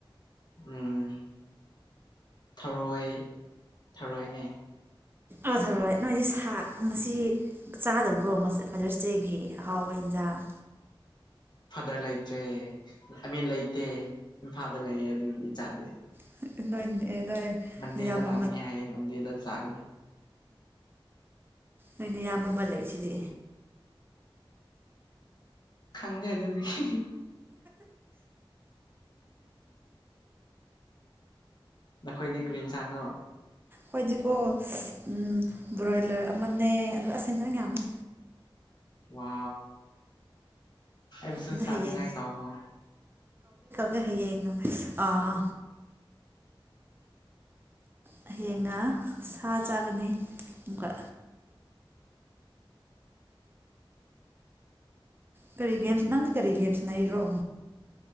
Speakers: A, on the left; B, on the right.
A: ꯎꯝ ꯊꯔꯣꯏ ꯊꯔꯣꯏꯅꯦ
B: ꯑꯣꯊꯔꯣꯏ ꯅꯣꯏꯗꯤ ꯁꯥꯥꯛ ꯉꯁꯤ ꯆꯥꯗꯕ꯭ꯔꯣ ꯉ ꯐꯥꯗꯔꯁ ꯗꯦꯒꯤ ꯑꯍꯥꯎꯕ ꯌꯦꯟꯁꯥꯡ
A: ꯐꯥꯗꯔ ꯂꯩꯇ꯭ꯔꯦ ꯑꯃꯦꯟ ꯂꯩꯇꯦ ꯏꯝꯐꯥꯜꯗ ꯂꯩꯌꯦ ꯑꯗꯨꯒꯤ ꯏꯆꯥꯗꯤ
B: <unintelligible>
A: ꯃꯟꯗꯦꯗꯜꯥꯥꯛꯅꯤ
B: ꯅꯌꯥꯝꯕ
A: ꯍꯥꯏ ꯃꯟꯗꯦꯗꯜ ꯁꯥꯒꯅꯤ
B: ꯑꯩꯅ ꯏꯌꯥꯝꯕ ꯃꯥꯜꯂꯁꯤꯗꯤ
A: ꯈꯪꯦ ꯑꯗꯨ ꯑꯗꯨꯗꯤ ꯅꯈꯣꯏꯗꯤ ꯀ꯭ꯔꯤꯟ ꯁꯥꯡꯉꯨ
B: ꯍꯣꯏꯗꯤꯀꯣ ꯎ ꯕ꯭ꯔꯣꯏꯂꯔ ꯑꯃꯅꯦ ꯑ ꯑꯁꯦꯟꯗꯅ ꯌꯥꯝꯃꯤ
A: ꯋꯥ ꯑꯩ ꯄꯁ
B: ꯑꯗꯣ
A: ꯆꯥꯟꯅꯤꯡꯉꯥꯏ
B: ꯍꯌꯦꯡ
A: ꯀꯥꯎꯕ
B: ꯍ ꯌꯥꯏꯅ ꯑꯥ ꯍꯌꯦꯡꯅ ꯁꯥ ꯆꯥꯒꯅꯤ ꯑꯗꯨꯒ ꯀꯔꯤ ꯒꯦꯝꯁ ꯅꯪꯗꯤ ꯀꯔꯤ ꯒꯦꯝꯁ ꯅꯩꯔꯤꯔꯣ